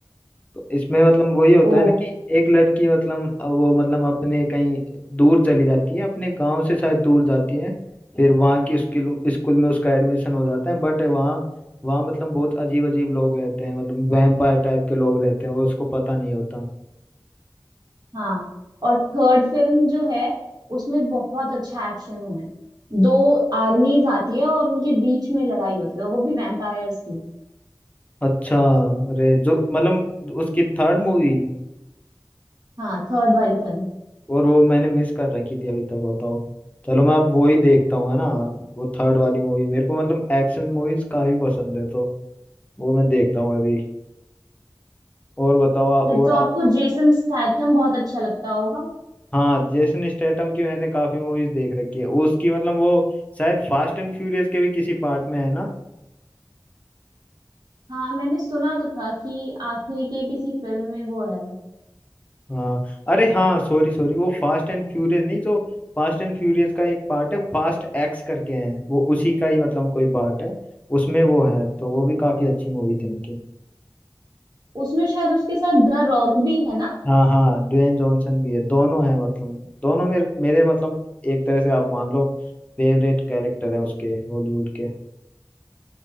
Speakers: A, on the left (about 20°); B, on the right (about 60°).
A: तो इसमें मतलब वही होता
B: ओ
A: है ना कि एक लड़की मतलब अ, वो मतलब अपने कहीं दूर चली जाती है अपने गांव से शायद दूर जाती है फिर वहाँ की स्कूल स्कूल में उसका एडमिशन हो जाता है बट वहाँ वहाँ मतलब बहुत अजीब अजीब लोग रहते हैं मतलब वैम्पायर टाइप के लोग रहते हैं और उसको पता नहीं होता
B: हाँ और थर्ड फिल्म जो है उसमें बहुत अच्छा एक्शन है दो आर्मीज आती है और उनके बीच में लड़ाई होती है और वो भी वैम्पायर्स की
A: अच्छा अरे जो मतलब उसकी थर्ड मूवी
B: हाँ थर्ड वाली फिल्म
A: और वो मैंने मिस कर रखी थी अभी तक बताओ चलो मैं अब वो ही देखता हूँ है ना वो थर्ड वाली मूवी मेरे को मतलब एक्शन मूवीज काफी पसंद है तो वो मैं देखता हूँ अभी और बताओ आ- और
B: फिर तो आपको
A: आप
B: जेसन स्टैथम बहुत अच्छा लगता होगा
A: हाँ जेसन स्टेटम की मैंने काफी मूवीज देख रखी है उसकी मतलब वो शायद फास्ट एंड फ्यूरियस के भी किसी पार्ट में है ना
B: हाँ मैंने सुना तो था कि आखिरी के किसी फिल्म में वो है
A: हाँ अरे हाँ सॉरी सॉरी वो फास्ट एंड फ्यूरियस नहीं तो फास्ट एंड फ्यूरियस का एक पार्ट है फास्ट एक्स करके है वो उसी का ही मतलब कोई पार्ट है उसमें वो है तो वो भी काफी अच्छी मूवी थी उनकी
B: उसमें शायद उसके साथ द रॉक भी है ना
A: हाँ हाँ ड्वेन जॉनसन भी है दोनों हैं मतलब दोनों मेरे मेरे मतलब एक तरह से आप मान लो फेवरेट कैरेक्टर है उसके हॉलीवुड के